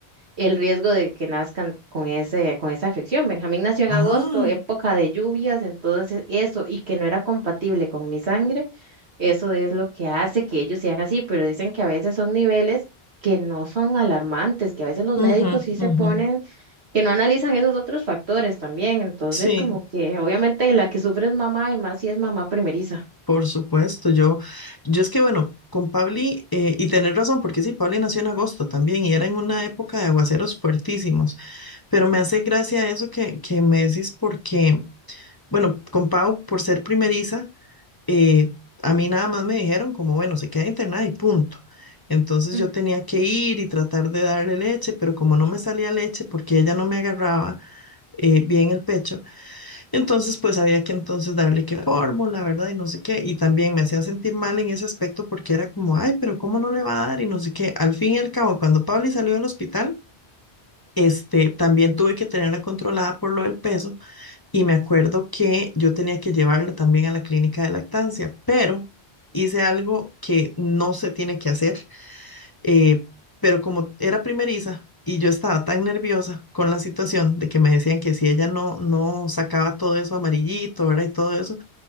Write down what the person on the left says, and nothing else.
Ah,
ujú,
ujú.
Sí,
por supuesto. Yo, yo es que bueno, con Pauli, eh, y tenés razón, porque sí, Pauli nació en agosto también y era en una época de aguaceros fuertísimos. Pero me hace gracia eso que, que me decís porque, bueno, con Pau, por ser primeriza, eh, a mí nada más me dijeron como, bueno, se queda internada y punto. Entonces
yo tenía que ir y tratar de darle leche, pero como no me salía leche porque ella no me agarraba eh, bien el pecho, entonces pues había que entonces darle que fórmula, ¿verdad? Y no sé qué. Y también me hacían sentir mal en ese aspecto porque era como, ay, pero ¿cómo no le va a dar? Y no sé qué. Al fin y al cabo, cuando Pauli salió del hospital, este, también tuve que tenerla controlada por lo del peso y me acuerdo que yo tenía que llevarla también a la clínica de lactancia, pero hice algo que no se tiene que hacer, eh, pero como era primeriza y yo estaba tan nerviosa con la situación de que me decían que si ella no, no sacaba todo eso amarillito, ¿verdad? Y todo eso,